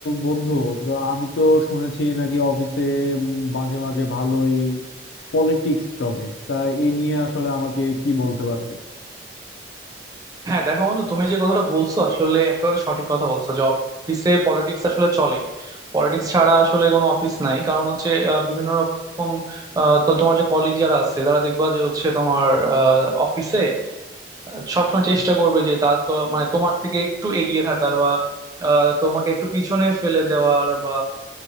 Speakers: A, on the left (about 70°); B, on the right (about 20°).
A: বন্ধু তো আমি তো শুনেছি নাকি অফিসে উম মাঝে মাঝে ভালোই পলিটিক্স চলে তা এই নিয়ে আসলে আমাকে কি বলতে পারবে
B: হ্যাঁ দেখো বন্ধু তুমি যে কথাটা বলছো আসলে একেবারে সঠিক কথা বলছো যে অফিসে পলিটিক্স আসলে চলেই পলিটিক্স ছাড়া আসলে কোনো অফিস নাই কারণ হচ্ছে আহ, বিভিন্ন রকম আহ, তো তোমার যে কলিগ যারা আছে তারা দেখবা যে হচ্ছে তোমার অফিসে আহ, সবসময় চেষ্টা করবে যে তার তো মানে তোমার থেকে একটু এগিয়ে থাকার বা আহ, তোমাকে একটু পিছনে ফেলে দেওয়ার বা